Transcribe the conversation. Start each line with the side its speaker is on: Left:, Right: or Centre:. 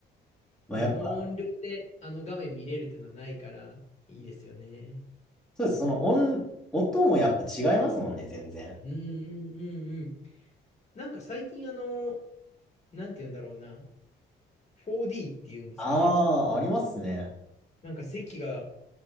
Centre: まあ、
Left: あの音量であの画面見れるっていうのはないから、
Centre: やっぱ、
Left: いいですよね。
Centre: そうです。その音、音もやっぱ違いますもんね、全然。
Left: うんうんうんうん。なんか最近あの、なんて言うんだろうな。4D っていうんですかね。
Centre: ああ、ありますね。
Left: なんか席が、